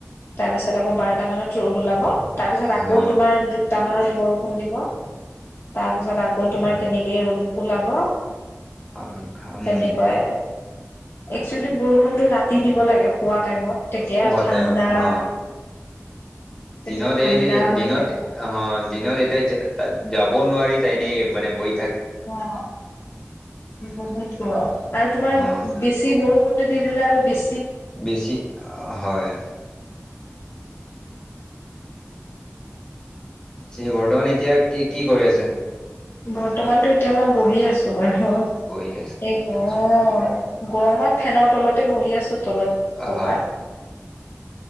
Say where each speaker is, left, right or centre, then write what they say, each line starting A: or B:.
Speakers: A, on the left (about 55°); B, on the left (about 15°).
A: তাৰপিছত আকৌ বাৰটা মানত ৰ'দ ওলাব তাৰপিছত
B: অ
A: আকৌ তোমাৰ দুটা মানত বৰষুণ দিব তাৰপিছত আকৌ তোমাৰ তেনেকেই ৰ'দ ওলাব
B: অ ঘা উম
A: তেনেকুৱাই একচুৱেলি বৰষুণটো ৰাতি দিব লাগে শুৱা টাইমত তেতিয়া
B: হোৱা
A: ঠাণ্ডা
B: টাইমত হ
A: তেতিয়া
B: দিনত
A: ঠাণ্ডা
B: এ এনে
A: হৈ
B: দিনত
A: থাকে ন
B: অ দিনত এতিয়া যা তাত যাবও নোৱাৰি তাই এনেই মানে বই
A: অ বহুত গৰম আৰু তোমাৰ
B: অ
A: বেছি বৰষুণটো দি দিলে আৰু বিছ
B: বেছি অ হয় যে বৰ্তমান এতিয়া কি কি কৰি আছে
A: বৰ্তমানতো এতিয়া মই বহি আছো বাৰু এই
B: বহি আছে
A: গৰম
B: আচ্ছা
A: গৰমত ফেনৰ তলতে বহি আছো তলত
B: অহ
A: পকাত